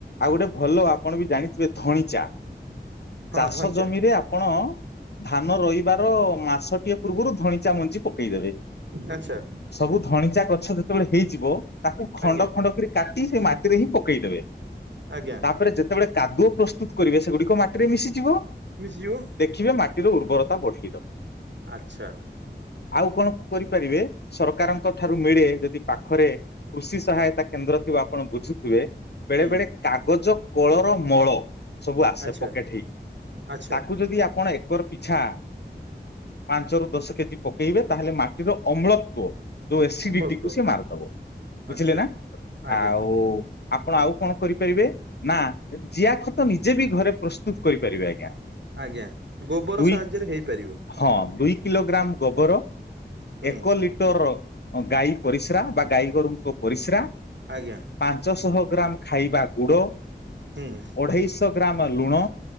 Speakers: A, on the left; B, on the right.
A: ଆଉ ଗୋଟେ ଭଲ ଆପଣ ବି ଜାଣିଥିବେ ଧଣିଚା।
B: ହଁ
A: ଚାଷ
B: ଧଇଁଚା
A: ଜମିରେ ଆପଣ ଧାନ ରୋଇବାର ମାସଟିଏ ପୂର୍ବରୁ ଧଣିଚା ମଞ୍ଜି ପକେଇଦେବେ
B: ଆଚ୍ଛା
A: ସବୁ ଧଣିଚା ଗଛ ଯେତେବେଳେ ହେଇଯିବ ତାକୁ ଖଣ୍ଡ
B: ଆଜ୍ଞା
A: ଖଣ୍ଡ କିରି କାଟି ସେଇ ମାଟିରେ ହିଁ ପକେଇଦେବେ।
B: ଆଜ୍ଞା।
A: ତାପରେ ଯେତେବେଳେ କାଦୁଅ ପ୍ରସ୍ତୁତ କରିବେ ସେଗୁଡିକ ମାଟିରେ ମିଶିଯିବ।
B: ମିଶିଯିବ।
A: ଦେଖିବେ ମାଟିର ଉର୍ବରତା ବଢେଇଦବ।
B: ଆଚ୍ଛା।
A: ଆଉ କଣ କରିପାରିବେ ସରକାରଙ୍କ ଠାରୁ ମିଳେ ଯଦି ପାଖରେ କୃଷି ସହାୟତା କେନ୍ଦ୍ର ଥିବ ଆପଣ ବୁଝୁଥିବେ ବେଳେ
B: ହୁଁ
A: ବେଳେ କାଗଜ କୋଳର ମଳ ସବୁ ଆସେ
B: ଆଚ୍ଛା
A: ପକେଟ ହେଇକି
B: ଆଚ୍ଛା
A: ତାକୁ ଯଦି ଆପଣ ଏକର ପିଛା ପାଞ୍ଚରୁ ଦଶ କେଜି ପକେଇବେ ତାହେଲେ ମାଟିର ଅମ୍ଳତ୍ୱ ଯୋଉ ଏସିଡିଟି
B: ଅମ୍ଳତ୍ଵ
A: କୁ ସି ମାରିଦବ ବୁଝିଲେ
B: ଆଚ୍ଛା
A: ନା।
B: ଆଜ୍ଞା
A: ଆଉ ଆପଣ ଆଉ କଣ କରିପାରିବେ ନା ଜିଆଖତ ନିଜେ ବି ଘରେ ପ୍ରସ୍ତୁତ କରିପାରିବେ ଆଜ୍ଞା।
B: ଆଜ୍ଞା ଗୋବର
A: ଦୁଇ
B: ସାହାଯ୍ୟରେ ହେଇ ପାରିବ।
A: ହଁ ଦୁଇ କିଲୋଗ୍ରାମ ଗୋବର,
B: ହୁଁ
A: ଏକ ଲିଟର ଗାଈ ପରିସ୍ରା ବା ଗାଈ ଗୋରୁଙ୍କ ପରିସ୍ରା
B: ଆଜ୍ଞା।
A: ପାଞ୍ଚଶହ ଗ୍ରାମ ଖାଇବା ଗୁଡ଼
B: ହୁଁ।
A: ଅଢ଼େଇ ଶହ ଗ୍ରାମ ଲୁଣ